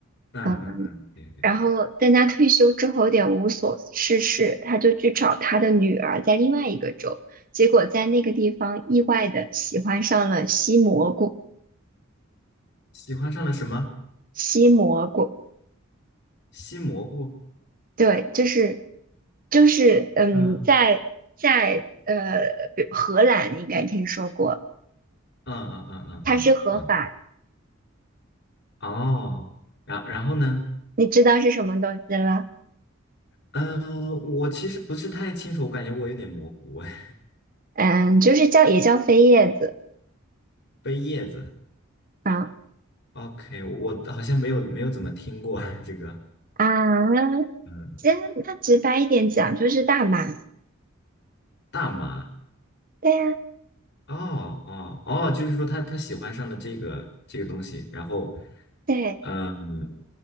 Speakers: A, on the left (about 55°); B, on the right (about 45°).
A: 嗯嗯嗯，
B: 嗯，
A: 对对对，
B: 然后但他退休之后有点无所事事，他就去找他的女儿在另外一个州，结果在那个地方意外的喜欢上了吸蘑菇，
A: 喜欢上了什么？
B: 吸蘑菇，
A: 西蘑菇。
B: 对，就是就是嗯，
A: 嗯
B: 在在呃，比荷兰你应该听说过，
A: 嗯嗯嗯嗯嗯嗯，
B: 它是合法。
A: 哦，然然后呢？
B: 你知道是什么东西了？
A: 嗯、我其实不是太清楚，我感觉我有点模糊哎。
B: 嗯，就是叫也叫飞叶子
A: <laughs> 背叶子
B: 啊
A: ，OK，我我好像没有没有怎么听过 <laughs> 这个。
B: 啊，
A: 嗯。
B: 这样那直白一点讲就是大麻，
A: 大麻，
B: 对呀、
A: 哦哦哦，就是说他他喜欢上了这个这个东西，然后，
B: 对，
A: 嗯，